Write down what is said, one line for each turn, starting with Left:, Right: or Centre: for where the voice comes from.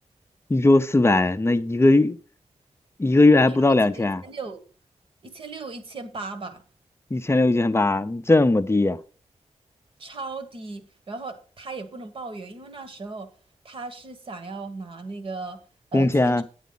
Left: 一周四百，那一个月一个月还不到两千，
Right: 一个月一千六，一千六一千八吧，
Left: 一千六一千八，这么低呀、
Right: 超低。然后他也不能抱怨，因为那时候他是想要拿那个呃签证，
Left: 工签